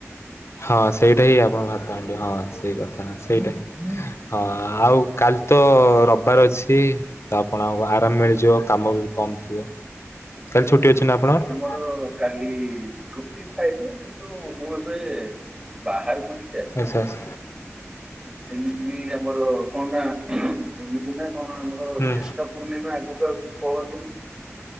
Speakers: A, on the left; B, on the right.
A: ହଁ ସେଇଟା ହିଁ ଆପଣ ଭାତ ହାଣ୍ଡି ହଁ ସେଇ କଥା
B: ନାଇଁ
A: ସେଇଟା ହିଁ ହଁ। ଆଉ କାଲି ତ ରବିବାର ଅଛି। ତ ଆପଣଙ୍କୁ ଆରାମ ମିଳିଯିବ କାମ ବି କମ ଥିବ କାଲି ଛୁଟି ଅଛି ନା ଆପଣଙ୍କର?
B: ର କାଲି ଛୁଟି ଥାଏ ଯେ କିନ୍ତୁ ମୁଁ ଏବେ ବାହହାରକୁ ଟିକେ
A: ଆଛା ଆଛା।
B: ଏମିତି ବି ଆମର କଣ ନା ଏମତି ନା କଣ ଆମର
A: ହୁଁ
B: ଯେଷ୍ଟ ପୂର୍ଣ୍ଣିମା ଆଗୁକୁ ଆଉଛି ପହର ଦିନ।